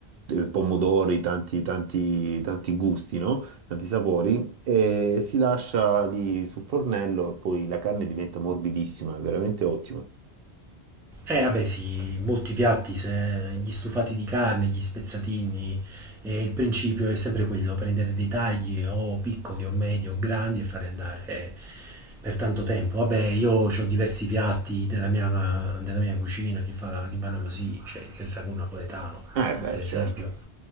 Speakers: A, on the right; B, in the centre.
A: eh, pomodori, tanti, tanti, tanti gusti, no? Tanti sapori, e si lascia lì sul fornello e poi la carne diventa morbidissima, è veramente ottima.
B: Eh, vabbè, sì, molti piatti, se- gli stufati di carne, gli spezzatini, eh, il principio è sempre quello, prendere dei tagli o piccoli o medi o grandi e farli andare eh, per tanto tempo. Vabbè, io ho diversi piatti della mia, della mia cucina che, fa- che vanno così, cioè il ragù napoletano,
A: Eh beh,
B: per esempio
A: certo.